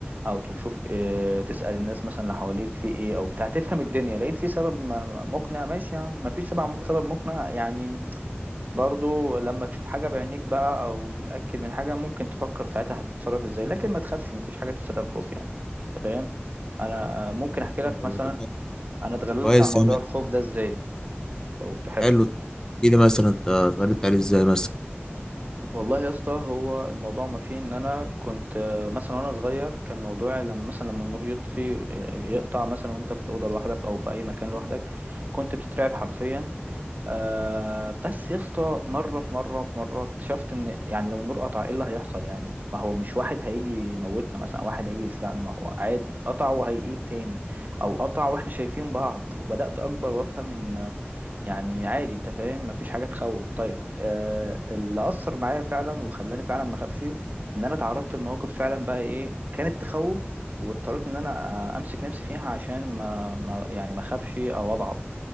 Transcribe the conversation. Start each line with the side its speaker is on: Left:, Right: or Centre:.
Right: او تشوف اه تسأل الناس مثلا اللي حواليك في ايه او بتاع تفهم الدنيا لقيت في سبب م- م- مقنع ماشي يا عم مفيش سبب سبب مقنع يعني برضو لما تشوف حاجة بعينيك بقى او تتأكد من حاجة ممكن تفكر ساعتها هتتصرف ازاي لكن ما تخافش مفيش حاجة تستدعي الخوف يعني انت فاهم انا آه، ممكن احكي لك
Left: هو
Right: مثلا
Left: ده كان
Right: انا اتغلبت
Left: كويس
Right: على موضوع
Left: يا عم
Right: الخوف ده ازاي لو تحب
Left: حلو تحكي لي مثلا انت اتغلبت عليه ازاي مثلا
Right: والله يا اسطى هو الموضوع ما فيه ان انا كنت آه، مثلا وانا صغير كان موضوعي لما مثلا لما النور يطفي آه، يقطع مثلا وانت في الاوضه لوحدك او في اي مكان لوحدك كنت بتترعب حرفيا آه بس يا اسطى مره في مره في مره اكتشفت ان يعني لو النور قطع ايه اللي هيحصل يعني ما هو مش واحد هيجي يموتنا مثلا او واحد هيجي يسرقنا ما هو عادي قطع وهيقيد تاني او قطع واحنا شايفين بعض وبدات اكبر وافهم ان يعني عادي انت فاهم مفيش حاجه تخوف طيب آه اللي اثر معايا فعلا وخلاني فعلا ما اخافش ان انا تعرضت لمواقف فعلا بقى ايه كانت تخوف واضطريت ان انا امسك نفسي فيها عشان ما, ما يعني ما اخافش او اضعف